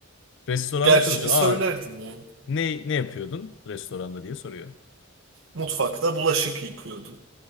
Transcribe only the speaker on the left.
Restoranda
çalışıyor.
Aa
ne ne yapıyordun restoranda diye soruyor.